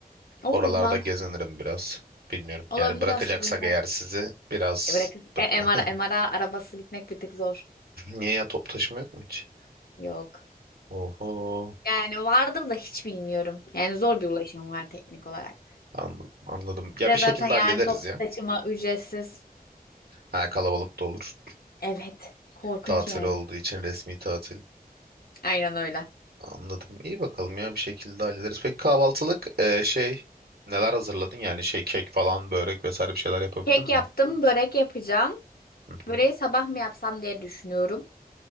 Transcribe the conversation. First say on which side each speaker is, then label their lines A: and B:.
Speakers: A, on the left (about 70°); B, on the right (about 75°).
A: Olur
B: Oralarda
A: mantık
B: gezinirim biraz. Bilmiyorum.
A: olabilir
B: Yani bırakacaksak
A: aslında.
B: eğer sizi biraz
A: E bırak
B: <laughs>
A: e, MR, MR'a arabası gitmek bir tık zor.
B: niye ya top taşıma yok mu hiç?
A: Yok.
B: Oho.
A: Yani vardır da hiç bilmiyorum. Yani zor bir ulaşım var teknik olarak.
B: Anladım, anladım. Ya
A: Ve
B: bir
A: zaten
B: şekilde
A: yani
B: hallederiz
A: toplu
B: ya.
A: taşıma ücretsiz.
B: Ha, kalabalık da olur.
A: Evet. Korkunç
B: Tatil
A: yani.
B: olduğu için resmi tatil.
A: Aynen öyle.
B: Anladım. İyi bakalım ya bir şekilde hallederiz. Peki kahvaltılık e, şey neler hazırladın? Yani şey kek falan, börek vesaire bir şeyler yapabildin
A: Kek
B: mi?
A: yaptım, börek yapacağım.
B: Hı hı.
A: Böreği sabah mı yapsam diye düşünüyorum.